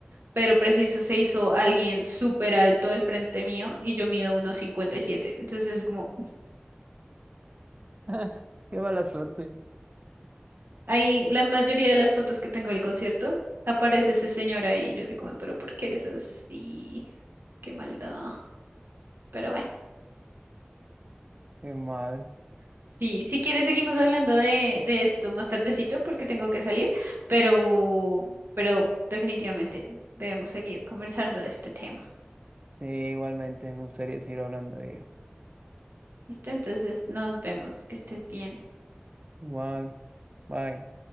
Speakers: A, on the right; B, on the right.
A: Pero preciso se hizo alguien súper alto al frente mío y yo mido uno cincuenta y siete Entonces es como,
B: <laughs> Qué mala suerte.
A: ahí la mayoría de las fotos que tengo del concierto aparece ese señor ahí. Yo así como, pero ¿por qué eres así? Qué maldad. Pero bueno.
B: Qué mal.
A: Sí, si quieres seguimos hablando de, de esto más tardecito porque tengo que salir, pero, pero definitivamente debemos seguir conversando de este tema.
B: Sí, igualmente me gustaría seguir hablando de ello.
A: ¿Listo? Entonces nos vemos, que estés bien.
B: Igual. Bye.